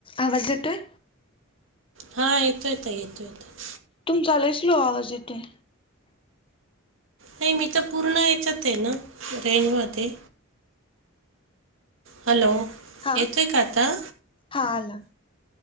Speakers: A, on the left; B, on the right.
A: आवाज येतोय?
B: हा येतोय आता येतोय आता
A: तुमचा लयी स्लो आवाज येतोय.
B: नाही मी तर पूर्ण याच्यात आहे ना रेंजमध्ये. हॅलो
A: हा
B: येतोय का आता?
A: हा आला.